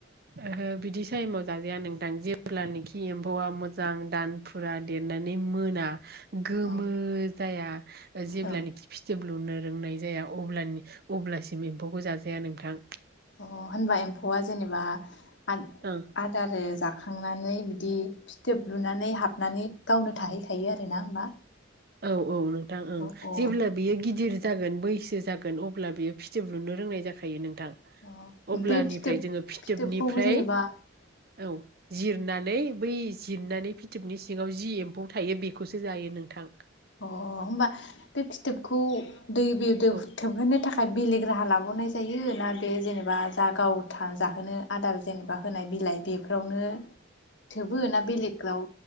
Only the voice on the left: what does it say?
औ
औ
अ' होनबा एम्फौआ जेनेबा आ
आदारो जाखा जाखांनानै बिदि फिथोब लुनानै हाबनानै गावनो थाहैखायो आरो ना होमबा।
अ अ
अ
बे फिथोब
फिथोबखौबो जेनेबा
अ होमबा बे फिथोबखौ दै बेद
थोब थोबहोननो थाखाय बेलेग राहा लाबोनाय जायो ना बे जेनेबा जा गाव था थार जाहोनो आदार जेनेबा होनाय बिलाइ बेफोरावनो थोबो ना बेलेगाव